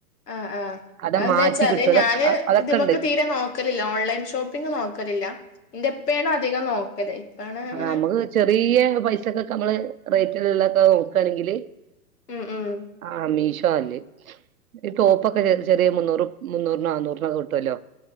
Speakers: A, on the left; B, on the right.
A: ആഹ് ആഹ്
B: അത
A: അതെന്താച്ചാല്
B: മാറ്റി കിട്ടും അതൊ
A: ഞാന്
B: അതൊക്കെ
A: ഇതിമ്മക്ക്
B: ഉണ്ട്
A: തീരെ നോക്കലില്ല ഓൺലൈൻ ഷോപ്പിംഗ് നോക്ക ക്കലില്ല ന്റെപ്പേണ് അധികം നോക്കല്. ഇപ്പാണ് അങ്ങനെ
B: ആ മ്മക്ക് ചെറിയ പൈസക്കെക്കെ മ്മള് റേറ്റിൽ ള്ളൊക്കെ നോക്കണെങ്കില്
A: ഉം ഉം
B: ആ മീശോ ല്ലെ ഈ ടോപ്പൊക്കെ ചെറിയ മുന്നൂറ് മുന്നൂറിനാന്നൂറിനൊക്കെ കിട്ടുല്ലോ.